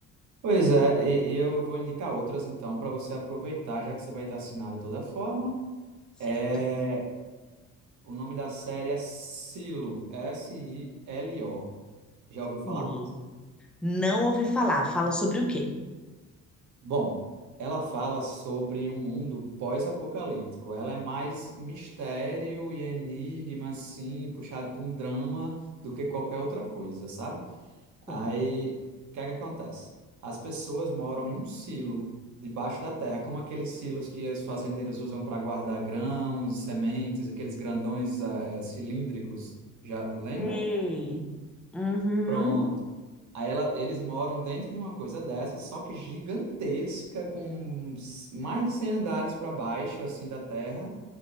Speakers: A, on the right; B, in the centre.
A: Pois é, e e eu vou indicar outras então para você aproveitar, já que você vai estar assinado de toda forma.
B: Certo.
A: É, o nome da série é Silo, S-I-L-O. Já ouviu falar?
B: Filo. Não ouvi falar. Fala sobre o quê?
A: Bom, ela fala sobre um mundo pós-apocalíptico. Ela é mais mistério e enigma, assim, puxado para um drama do que qualquer outra coisa, sabe? Aí,
B: Sei.
A: o que é que acontece? As pessoas moram em um silo debaixo da terra, como aqueles silos que os fazendeiros usam para guardar grãos e sementes, aqueles grandões eh, eh, cilíndricos. Já lembra?
B: Sei. Uhum.
A: Pronto. Aí ela- eles moram dentro de uma coisa dessa, só que gigantesca, com s- mais de 100 andares para baixo, assim, da terra.